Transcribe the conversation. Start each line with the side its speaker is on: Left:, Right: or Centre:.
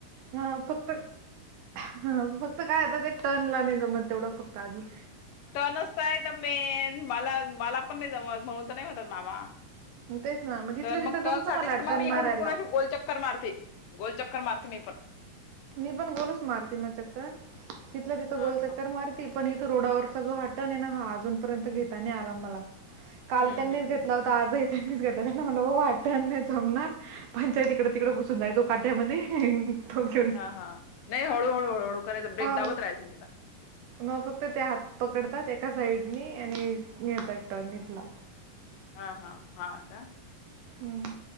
Right: हा फक्त ह फक्त काय व्हत ते टर्न ला नाही जमत. तेवढं फक्त अजुन.
Left: टर्न आहेस त मेन मला, मला पण नाही जमत म्हणून तर नाही म्हणतात मामा.
Right: तेच ना तिथलं
Left: तर
Right: तिथं
Left: मग टर्न
Right: जमतं
Left: साठीच
Right: मला
Left: तर
Right: टर्न
Left: मग मी
Right: मारायला.
Left: इकडून तिकडुन अशी गोलचक्कर मारते. गोलचक्कर मारते मी पण.
Right: मी पण गोलच मारती मग चक्कर. तिथल्या तिथं
Left: हा
Right: गोलचक्कर
Left: हा
Right: मारतीये. पण इथं रोडावरचा जो हा टर्न आहे ना हा अजूनपर्यंत घेता नाही आला मला. काल
Left: हम्म
Right: त्यांनीच
Left: हम्म
Right: घेतला
Left: हम्म
Right: होता आजही त्यांनीच घेतला त्यांना म्हटलं ओ हा टर्न नाही जमणार, पंचायत इकडे तिकडे घुसून जाय चो काट्यामध्ये थोडक्यात
Left: हा, हा नाही हळूहळू हळूहळू करायच ब्रेक
Right: हा
Left: दाबत राहायचं तिला.
Right: मग फक्त ते हात पकडतात एका साइडनी आणिे नेतात टर्न इथला.
Left: हा हा हा का
Right: हम्म.